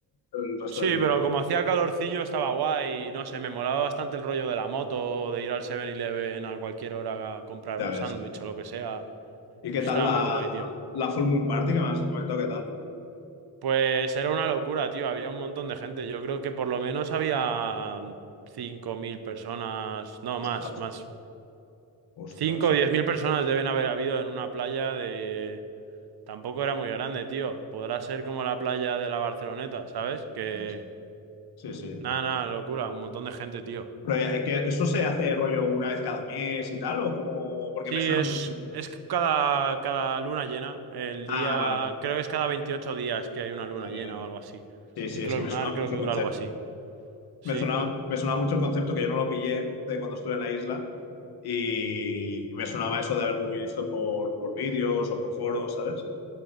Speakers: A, on the left (about 70°); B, on the right (about 70°).
A: el resto
B: sí,
A: del día.
B: pero como hacía calorcillo estaba guay, y no sé, me molaba bastante el rollo de la moto, de ir al Seven eleven a cualquier hora a comprar
A: Ya
B: un
A: ves.
B: sándwich o lo que sea.
A: ¿Y qué
B: Eso
A: tal
B: estaba
A: la,
B: muy guay, tío.
A: la Full Moon Party que me has comentado? ¿Qué tal?
B: Pues era una locura, tío. Había un montón de gente. Yo creo que por lo menos había 5.000 personas. No,
A: Ostras,
B: más, más.
A: ostras.
B: cinco, o 10.000 personas deben haber habido en una playa de... Tampoco era muy grande, tío. Podrá ser como la playa de la Barceloneta, ¿sabes? Que...
A: Ya ves. Sí, sí.
B: Nada, nada, locura. Un montón de gente, tío.
A: Pero, eh, que ¿Eso se hace rollo una vez cada mes y tal? ¿O como...? Porque
B: Sí,
A: me suena
B: es,
A: mucho, tío.
B: es cada, cada luna llena. El
A: Ah,
B: día...
A: vale,
B: Creo que es cada 28 días que hay una luna
A: vale,
B: llena
A: vale.
B: o algo así.
A: Sí, sí,
B: Ciclo
A: es que
B: lunar
A: me sonaba mucho
B: creo que
A: el
B: dura
A: concepto.
B: algo así. Sí.
A: Me sonaba, me sonaba mucho el concepto que yo no lo pillé de cuando estuve en la isla y y me sonaba eso de haberlo visto por, por vídeos o por foros, ¿sabes?